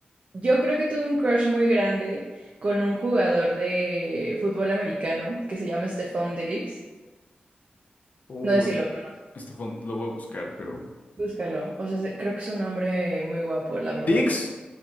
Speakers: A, on the right; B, on the left.
A: Yo creo que tuve un crush muy grande con un jugador de fútbol americano que se llama Stephon Diggs.
B: Oh,
A: No sé si
B: es-
A: lo conoces,
B: Estefan, lo voy a buscar, pero...
A: búscalo. O sea, se- creo que es un hombre muy guapo, la verdad.
B: Dix.